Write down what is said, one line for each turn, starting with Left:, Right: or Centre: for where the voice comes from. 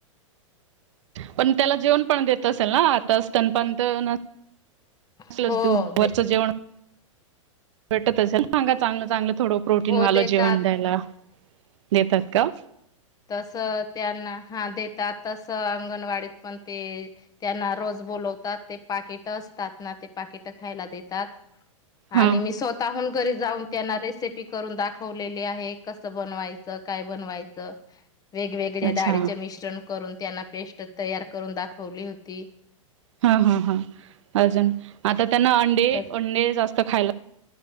Right: पण त्याला जेवण पण देत असेल ना आता, स्तनपान त कसलच
Left: हो
Right: दूध वरचं
Left: दे
Right: जेवण भेटत असेल सांगा चांगलं चांगलं थोडं प्रोटीन
Left: हो
Right: वाल
Left: देतात
Right: जेवन द्यायला देतात का?
Left: तस त्यांना हा देतात तस अंगणवाडीत पण ते त्यांना रोज बोलवतात ते पाकिट असतात ना ते पाकिट खायला देतात.
Right: हा
Left: आणि मी स्वतःहून घरी जाऊन त्यांना रेसिपी करून दाखवलेली आहे कस बनवायचं काय बनवायचं वेगवेगळ्या
Right: अच्छा
Left: डाळीचे मिश्रण करून त्यांना पेस्ट तयार करून दाखवली होती.
Right: हा हा हां अजून आत तर त्यांना अंडे
Left: तर
Right: अंडे जास्त खायला